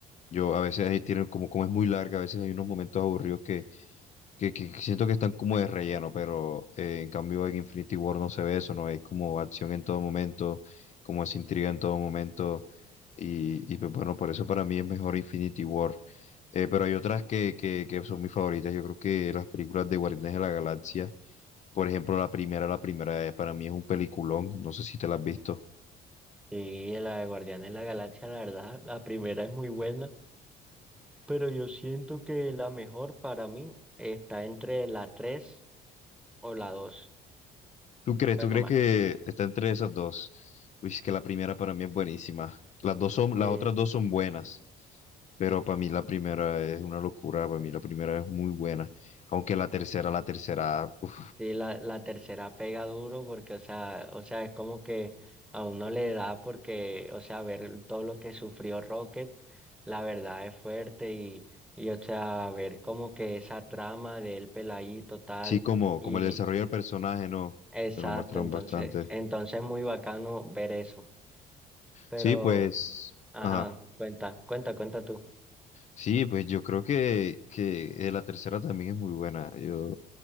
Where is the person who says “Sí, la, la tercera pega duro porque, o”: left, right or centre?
Centre